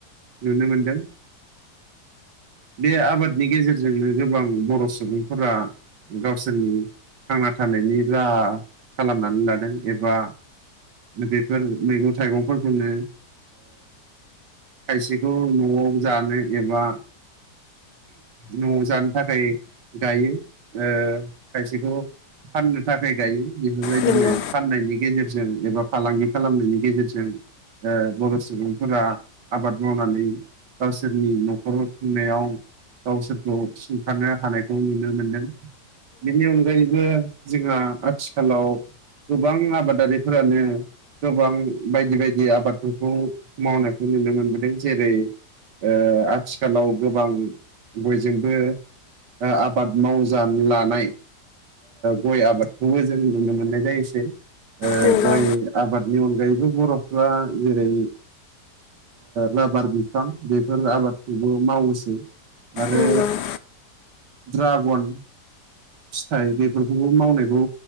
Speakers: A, on the right; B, on the left.
A: नुनो मोनदों। <inaudible> बे आबादनि गेजेरजोंनो गोबां बर' सुबुंफोरा गावसोरनि थांना थानायनि राहा खालामनानै लादों एबा बेफोर मैगं थाइगंफोरखौनो खायसेखौ न'आव जानो एबा न'आव जानो थाखाय गायो ओ खायसेखौ फाननो थाखाय गायो बेफोरबायदिनो
B: नंगौ
A: फाननायनि गेजेरजों एबा फालांगिफोर खालामनायनि गेजेरजों ओ बर' सुबुंफोरा आबाद मावनानै गावसोरनि न'खर खुंनायाव गावसोरखौ सुंथानो हानायखौ नुनो मोनदों। बेनि अनगायैबो जोंहा आथिखालाव गोबां आबादारिफोरानो गोबां बायदि बायदि आबादफोरखौ मावनायखौ नुनो मोनबोदों जेरै ओ आथिखालाव गोबां बयजोंबो ओ आबाद मावजानो लानाय गय आबादखौबो जों नुनो मोननाय जायोसै
B: नंगौ
A: गय
B: नंगौ
A: -बादनि अनगायैबो बर'फ्रा जेरै राबार ओ बिफां बेफोर आबादखौबो मावोसै। आरो
B: नंगौ
A: ड्रागन फिथाइ बेफोरखौबो मावनायखौ